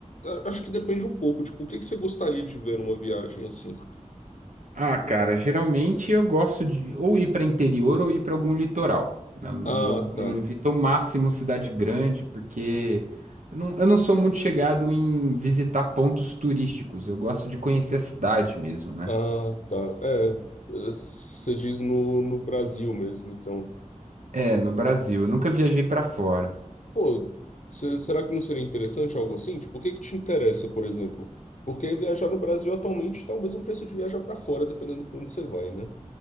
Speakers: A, on the left (about 65°); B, on the right (about 70°).
A: a- Acho que depende um pouco, tipo, o que que você gostaria de ver numa viagem assim?
B: Ah, cara, geralmente eu gosto de ou ir para interior ou ir para algum litoral. Eu,
A: Ah,
B: eu,
A: tá.
B: eu evito ao máximo cidade grande, porque eu não, eu não sou muito chegado em visitar pontos turísticos. Eu gosto de conhecer a cidade mesmo, né?
A: Ah, tá. É, eh, você diz no, no Brasil mesmo, então.
B: É, no Brasil. Eu nunca viajei para fora.
A: Pô, cê- será que não seria interessante algo assim? Tipo, o que que te interessa, por exemplo? Porque viajar no Brasil atualmente tá o mesmo preço de viajar pra fora, dependendo pra onde você vai, né?